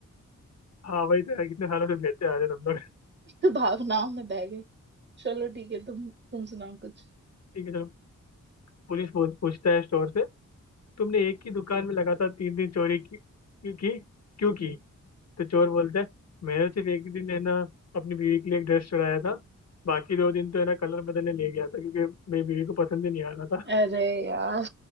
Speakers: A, on the left; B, on the right.
A: हाँ वही तो यार कितने सालों से बहते आ रहे हैं हम लोग
B: तो भावनाओं में बह गए चलो ठीक है तुम तुम सुनाओ कुछ
A: ठीक है चलो पुलिस पूछ, पूछता है स्टोर से तुमने एक ही दुकान में लगातार तीन दिन चोरी की क्यों की क्यों की तो चोर बोलता है मैंने सिर्फ एक दिन है ना अपनी बीवी के लिए एक ड्रेस चुराया था बाकी दो दिन तो है ना कलर बदलने ले गया था क्योंकि मेरी बीवी को पसंद ही नहीं आ रहा था
B: अरे यार